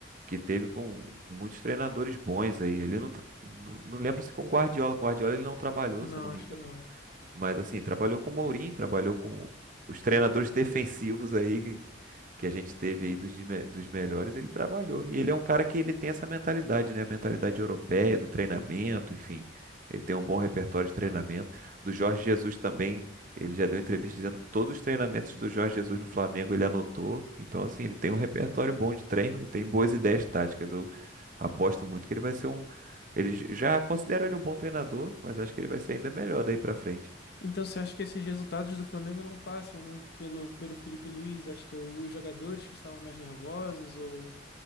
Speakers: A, on the right; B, on the left.
A: que teve com muitos treinadores bons aí. Ele não, tra- não, não lembro se com o Guardiola, com o Guardiola ele não trabalhou,
B: Não,
A: se eu não me
B: acho
A: engano.
B: que não.
A: Mas assim, trabalhou com o Mourinho, trabalhou com os treinadores defensivos aí, que a gente teve aí dos, de me- dos melhores, ele trabalhou. E ele é um cara que ele tem essa mentalidade, né? A mentalidade europeia, do treinamento, enfim. Ele tem um bom repertório de treinamento. Do Jorge Jesus também, ele já deu entrevista dizendo que todos os treinamentos do Jorge Jesus no Flamengo ele anotou. Então, assim, ele tem um repertório bom de treino e tem boas ideias táticas. Eu aposto muito que ele vai ser um. Eles já consideram ele um bom treinador, mas acho que ele vai ser ainda melhor daí pra frente.
B: Então você acha que esses resultados do Flamengo não passam muito pelo, pelo Felipe Luiz? Acho que é os jogadores que estavam mais nervosos ou...